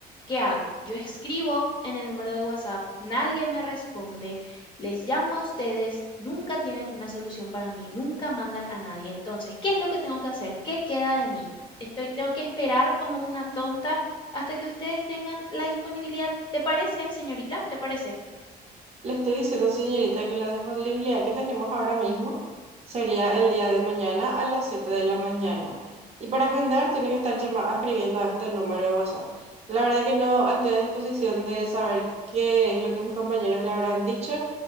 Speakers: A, on the left; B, on the right.
A: ¿qué hago? Yo escribo en el número de WhatsApp, nadie me responde, les llamo a ustedes, nunca tienen una solución para mí, nunca mandan a nadie. Entonces, ¿qué es lo que tengo que hacer? ¿Qué queda de mí? Estoy, tengo que esperar como una tonta hasta que ustedes tengan la disponibilidad. ¿Te parece, señorita? ¿Te parece?
B: Le estoy diciendo, señorita, que la disponibilidad que tenemos ahora mismo sería el día de mañana a las 7 de la mañana. Y para agendar tiene que estar llama- escribiendo a este número de WhatsApp. La verdad que no estoy a disposición de saber qué es lo que mis compañeros le habrán dicho,